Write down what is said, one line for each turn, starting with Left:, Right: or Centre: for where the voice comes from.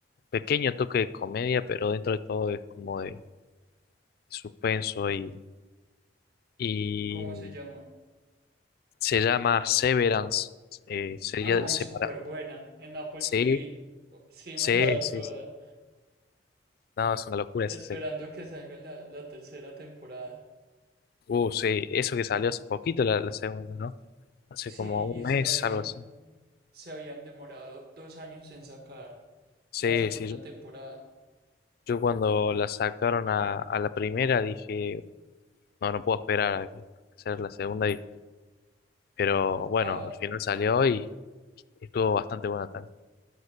Left: pequeño toque de comedia, pero dentro de todo es como de suspenso y, y
Right: ¿Cómo se llama?
Left: se llama Severance, eh, sería
Right: Ay,
Left: separar.
Right: súper buena, en Apple
Left: Sí,
Right: TV. Oh, Sí,
Left: sí,
Right: me la vi
Left: sí,
Right: toda,
Left: sí. No, es una locura
Right: esperando
Left: esa serie.
Right: que salga la, la tercera temporada.
Left: Uh, sí, eso que salió hace poquito la, la segunda, ¿no? Hace
Right: Sí,
Left: como un
Right: y
Left: mes,
Right: se habían
Left: algo así.
Right: se habían demorado dos años en sacar
Left: Sí,
Right: la segunda
Left: sí, yo.
Right: temporada.
Left: Yo cuando la sacaron a, a la primera dije, no, no puedo esperar a que- a hacer la segunda. Y, pero bueno,
Right: Ah,
Left: al final salió y estuvo bastante buena también.